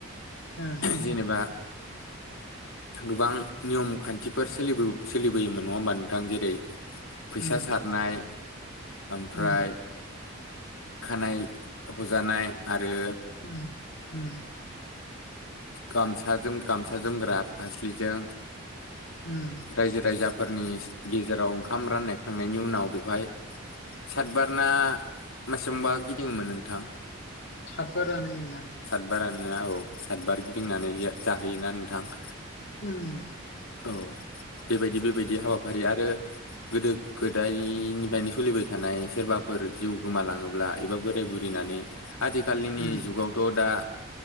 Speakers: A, on the left; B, on the left.
A: ओं
B: जेनेबा गोबां नियम खान्थिफोर सोलिबो-सोलिबोयोमोन। नङा होमबा नोंथां? जेरै फैसा
A: उम
B: सारनाय ओमफ्राय
A: उम
B: खानाय हजानाय आरो
A: उम उम।
B: गामसा जोम गामसा जोमग्रा फास्लिजों
A: उम।
B: रायजो राजाफोरनि गेजेराव ओंखाम राननाय खांनायनि उनाव बेखौहाय सातबार ना मासेबांबा गिदिङोमोन नोंथां?
A: सातबारानोगोनदां।
B: सातबारानो औ सातबार गिदिंनानै यो जाहोयोना नोंथां?
A: ओम।
B: औ बेबायदि बेबायदि हाबाफारि आरो गोदो गोदायनिफायनो सलिबाय थानाय सोरबाफोर जिउ गोमालाङोब्ला एबा बो बोराय बुरिनानै। आथिखालिनि
A: उम
B: जुगावथ' दा